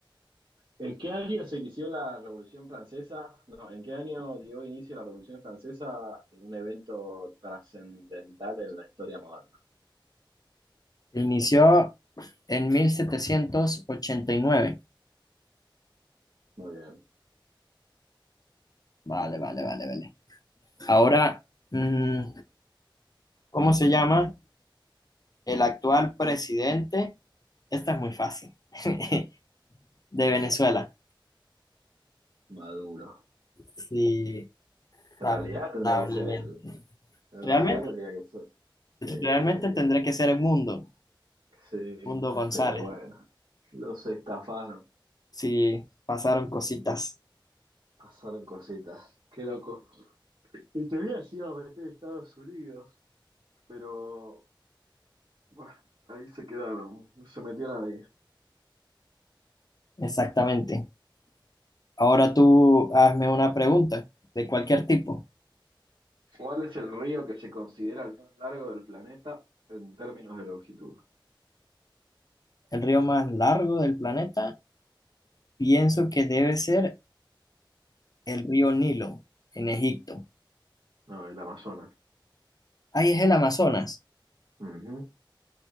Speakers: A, on the right; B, on the left.
A: ¿en qué año se inició la Revolución Francesa? No, ¿en qué año dio inicio la Revolución Francesa en un evento trascendental en la historia moderna?
B: inició en 1789.
A: Muy bien.
B: Vale, vale, vale, vale. Ahora, mm, ¿cómo se llama el actual presidente? Esta es muy fácil. <laughs> De Venezuela.
A: Maduro.
B: Sí,
A: En
B: lamentablemente.
A: realidad tendría que ser el, En
B: Realmente,
A: realidad tendría que ser. Eh,
B: realmente tendré que ser el mundo.
A: sí,
B: Mundo González.
A: pero bueno, los estafaron,
B: Sí, pasaron cositas.
A: pasaron cositas. Qué loco. En teoría se iba a meter a Estados Unidos, pero bueno, ahí se quedaron, no se metió nadie.
B: Exactamente. Ahora tú hazme una pregunta de cualquier tipo.
A: ¿Cuál es el río que se considera el más largo del planeta en términos de longitud?
B: El río más largo del planeta, pienso que debe ser el río Nilo, en Egipto.
A: No, el Amazonas.
B: Ay, es el Amazonas.
A: Ujú.